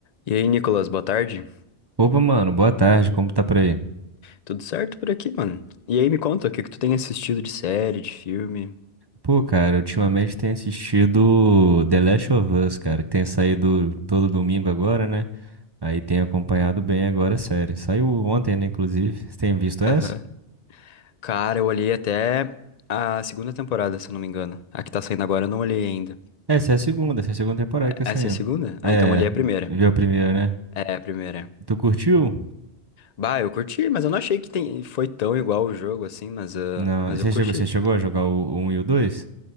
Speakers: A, on the left (about 50°); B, on the right (about 35°).
A: E aí, Nicolas, boa tarde.
B: Opa, mano, boa tarde, como tá por aí?
A: Tudo certo por aqui, mano? E aí, me conta, o que que tu tem assistido de série, de filme?
B: Pô, cara, ultimamente tenho assistido The Last of Us, cara, que tem saído todo domingo agora, né? Aí tenho acompanhado bem agora a série. Saiu ontem, né, inclusive. Você tem visto essa?
A: Aham. Cara, eu olhei até a segunda temporada, se eu não me engano. A que tá saindo agora eu não olhei ainda.
B: É, Essa é a segunda, essa é a segunda temporada que tá
A: Essa
B: saindo.
A: é a segunda?
B: É,
A: Ah, então eu olhei a primeira.
B: viu a primeira, né?
A: É, a primeira.
B: Tu curtiu?
A: Bah, eu curti, mas eu não achei que tem... foi tão igual o jogo assim, mas, ah,
B: Não,
A: mas
B: você
A: eu curti.
B: chegou, você chegou a jogar o, o 1 e o 2?